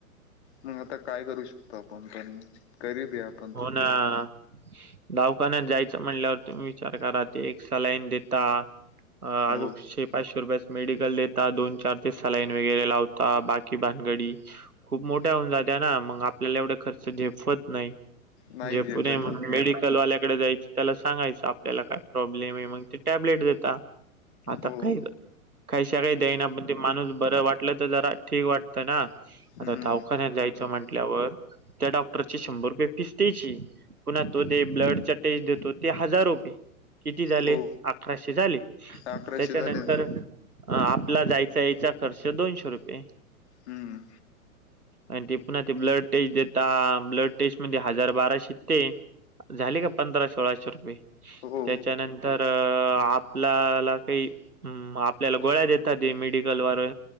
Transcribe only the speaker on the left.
मग आता काय करू शकतो. आपण पण गरीब आहे. आपण पण.
हो
नाही
झेपत
आपण.
हो
हम्म
हो
अकराशे
झाले ना.
हम्म
हो